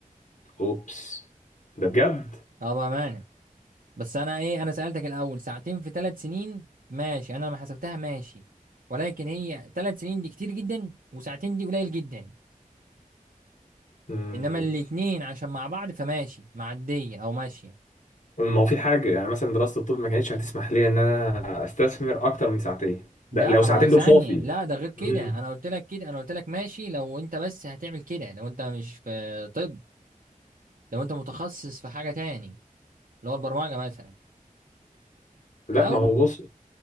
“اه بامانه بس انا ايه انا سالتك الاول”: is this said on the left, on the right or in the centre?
Right